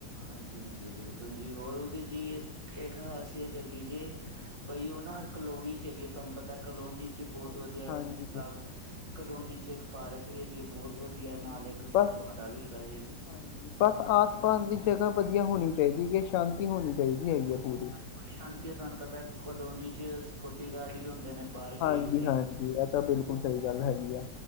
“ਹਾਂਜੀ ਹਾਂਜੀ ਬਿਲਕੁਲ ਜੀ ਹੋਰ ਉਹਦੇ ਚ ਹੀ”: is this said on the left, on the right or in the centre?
Right